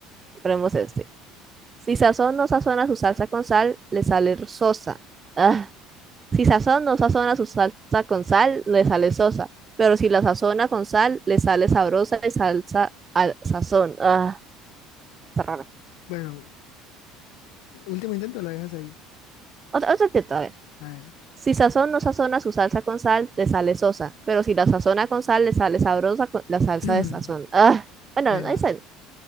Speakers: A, on the right; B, on the left.
A: ponemos este. Si sazón no sazona su salsa con sal, le sale sosa. Ah, si sazón no sazona su salsa con sal, le sale sosa. Pero si la sazona con sal, le sale sabrosa y salsa al sazón. Ah, está rara.
B: Bueno, último intento, la dejas ahí.
A: Otra, otra intento, a ver.
B: A ver.
A: Si Sazón no sazona su salsa con sal, le sale sosa. Pero si la sazona con sal, le sale sabrosa con la salsa
B: <clears throat>
A: de sazón. Ah, bueno,
B: Bueno,
A: ahí sale.